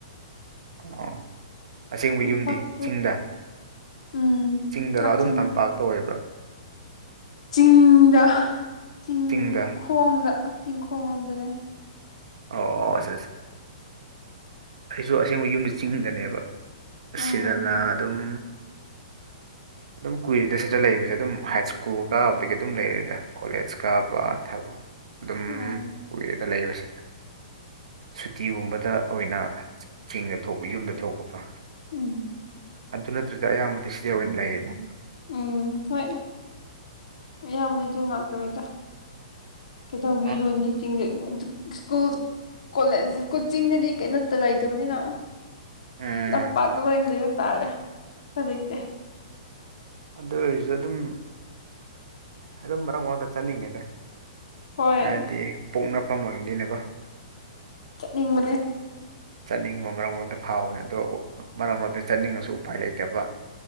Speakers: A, on the right (about 75°); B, on the left (about 70°).
A: ꯑꯣ ꯑꯁꯦꯡꯕ
B: ꯇꯝꯄꯥꯛꯇ
A: ꯌꯨꯝꯗꯤ ꯆꯤꯡꯗ
B: ꯎꯝ
A: ꯆꯤꯡꯗꯔꯥ
B: ꯑꯥ
A: ꯑꯗꯨꯝ
B: ꯆꯤꯡ
A: ꯇꯝꯄꯥꯛꯇ ꯑꯣꯏꯕ꯭ꯔꯥ
B: ꯆꯤꯡꯗ ꯆꯤꯡꯈꯣꯡꯗ
A: ꯆꯤꯡꯗ
B: ꯆꯤꯡꯈꯣꯡ ꯂꯣꯝꯗꯅꯦ
A: ꯑꯣ ꯑꯁ ꯑ ꯑꯩꯁꯨ ꯑꯁꯦꯡꯕ ꯌꯨꯝꯁꯦ ꯆꯤꯡꯗꯅꯦꯕ ꯑꯁꯤꯗꯅ
B: ꯎꯝ
A: ꯑꯗꯨꯝ
B: <unintelligible>
A: ꯑꯗꯨꯝ ꯀꯨꯏꯔꯤꯗ ꯁꯤꯗ ꯂꯩꯕꯁꯦ ꯑꯗꯨꯝ ꯍꯥꯏ ꯁ꯭ꯀꯨꯜ ꯀꯥꯕꯗꯒꯤ ꯑꯗꯨꯝ ꯂꯩꯔꯦꯗ ꯀꯣꯂꯦꯖ ꯀꯥꯕ ꯊꯕ ꯑꯗꯨꯝ
B: ꯎꯝ
A: ꯀꯨꯏꯔꯦꯗ ꯂꯩꯕꯁꯤ ꯁꯨꯇꯤꯒꯨꯝꯕꯗ ꯑꯣꯏꯅ ꯆꯤꯡꯗ ꯊꯣꯛꯄ ꯌꯨꯝꯗ ꯊꯣꯛꯄꯀꯣ
B: ꯎꯝ
A: ꯑꯗꯨ ꯅꯠꯇ꯭ꯔꯗꯤ ꯑꯌꯥꯝꯕꯗꯤ ꯗꯁꯤꯗ ꯑꯣꯏꯅ ꯂꯩꯌꯦꯕ
B: ꯎꯝ ꯍꯣꯏ ꯏꯌꯥꯝꯕꯗꯤ ꯑꯗꯨꯝ ꯉꯥꯛꯇꯅꯤꯗ ꯀꯗꯧꯕꯤꯔꯨꯅꯤ
A: ꯍꯥ
B: ꯆꯤꯡꯗ ꯗꯨꯝ ꯁ꯭ꯀꯨꯜ ꯀꯣꯂꯦꯖ ꯀꯣꯆꯤꯡꯗꯗꯤ ꯀꯩꯅꯣꯇ ꯂꯩꯇꯕꯅꯤꯅ
A: ꯎꯝ
B: ꯇꯝꯄꯥꯛꯀ ꯂꯣꯏ ꯂꯩꯕ ꯇꯥꯔꯦ ꯍꯧꯖꯤꯛꯇꯤ
A: ꯑꯗꯨ ꯑꯣꯏꯔꯤꯁꯨ ꯑꯗꯨꯝ ꯑꯗꯨꯝ ꯃꯔꯛ ꯃꯔꯛ ꯆ ꯆꯠꯅꯤꯡꯉꯦꯗ
B: ꯍꯣꯏ
A: ꯍꯥꯏꯕꯗꯤ ꯄꯣꯛꯅꯐꯝ ꯑꯣꯏꯕꯅꯤꯅꯀꯣ
B: ꯅꯤꯡ ꯃꯅꯦ
A: ꯆꯠꯅꯤꯡꯕ ꯃꯔꯛ ꯃꯔꯛꯇ ꯐꯥꯎꯕꯅꯤ ꯑꯗꯣ ꯃꯔꯛ ꯃꯔꯛꯇ ꯆꯠꯅꯤꯡꯉꯁꯨ ꯎꯄꯥꯏ ꯂꯩꯇꯕ